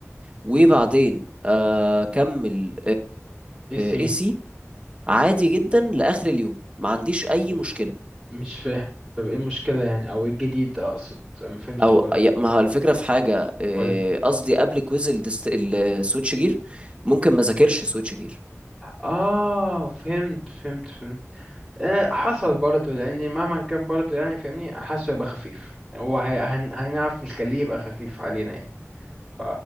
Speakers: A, on the right; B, in the centre.
A: وبعدين آه، اكمل
B: اي سي
A: اي سي عادي جدا لاخر اليوم ما عنديش اي مشكله
B: مش فاهم طب ايه المشكلة يعني او ايه الجديد اقصد أنا ما فهمتش
A: او
B: برضه
A: يا- ما هو الفكره في حاجه آه،
B: قولي
A: قصدي قبل كويز الدست- السويتش جير ممكن ما ذاكرش سويتش جير
B: اه فهمت فهمت فهمت آه حصل برضه لان مهما كان برضه يعني فاهمني حاسه يبقى خفيف وهنعرف نخليه يبقى خفيف علينا يعني ف